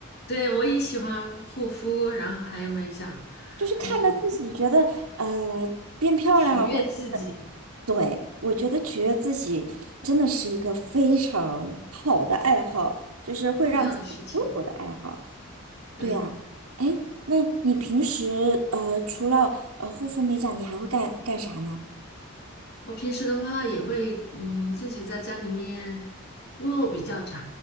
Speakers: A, on the left; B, on the right.
A: 对，我也喜欢护肤，然后还有美甲，
B: 就是看着自己觉得呃变漂亮了，
A: 还有取悦自己
B: 或者对，我觉得取悦自己真的是一个非常好的爱好，就是会让自己舒服的爱好。
A: 重要的事情。对，
B: 对啊，哎，那你平时呃除了呃护肤美甲，你还会干干啥呢？
A: 我平时的话也会，嗯，自己在家里面，因为我比较宅，